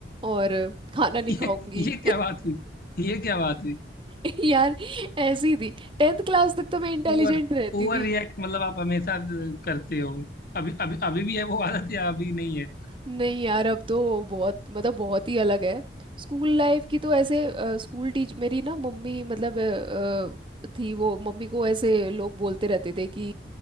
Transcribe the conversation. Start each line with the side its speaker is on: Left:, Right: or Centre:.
Right: और खाना
Left: <laughs>
Right: नहीं
Left: ये
Right: खाऊंगी
Left: ये क्या बात हुई ये क्या बात हुई
Right: <laughs> यार ऐसी थी टेंथ क्लास तक तो मैं इंटेलिजेंट
Left: ओवर
Right: रहती
Left: ओवर
Right: थी,
Left: रिएक्ट मतलब आप हमेशा करते हो अभी अभी अभी भी है वो आदत या अभी नहीं है
Right: नहीं यार अब तो बहुत मतलब बहुत ही अलग है स्कूल लाइफ की तो ऐसे अ, स्कूल टीच मेरी ना मम्मी मतलब अ, अ, थी वो मम्मी को ऐसे लोग बोलते रहते थे कि